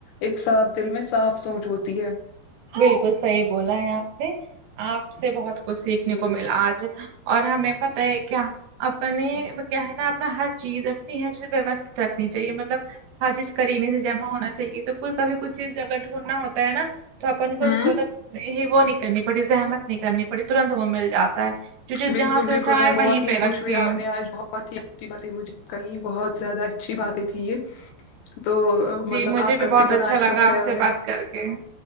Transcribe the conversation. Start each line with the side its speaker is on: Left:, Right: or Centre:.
Left: ایک صاف دل میں صاف سوچ ہوتی ہے
Right: بالکل صحیح بولا ہے آپ نے آپ سے بہت کچھ سیکھنے
Left: جی
Right: کو ملا آج اور ہمیں پتہ ہے کیا اپنے کیا ہے نا اپنا ہر چیز اپنی ہے جے ویوست کرنی چاہیے مطلب ہر چیز قرینے سے جمع ہونا چاہیے تو کوئی کبھی کچھ چیز اگر ڈھونڈنا ہوتا ہے نا تو اپن کو
Left: ہوں
Right: مطلب وہ نہیں کرنی پڑتی زحمت نہیں کرنی پڑی ترنت وہ مل جاتا ہے جو چیز
Left: بالکل
Right: جہاں سے
Left: بالکل
Right: اٹھائے
Left: میں
Right: وہیں
Left: بہت ہی
Right: پہ
Left: خوش
Right: رکھے
Left: ہوئی آپ نے آج بہت ہی بات مجھے کہیں بہت زیادہ اچھی باتیں تھی یہ تو
Right: جی
Left: مطلب
Right: مجھے
Left: آپ
Right: بھی
Left: کا
Right: بہت
Left: کتنا اچھا
Right: لگا
Left: خیال
Right: آپ سے بات
Left: ہے
Right: کر کے